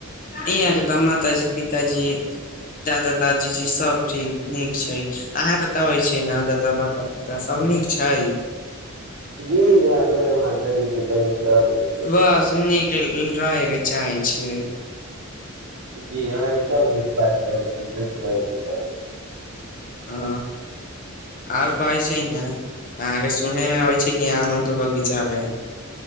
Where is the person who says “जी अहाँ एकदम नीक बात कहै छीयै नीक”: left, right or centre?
Right